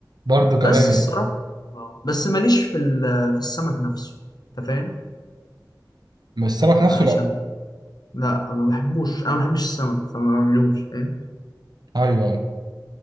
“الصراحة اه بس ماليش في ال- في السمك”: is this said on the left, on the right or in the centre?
Left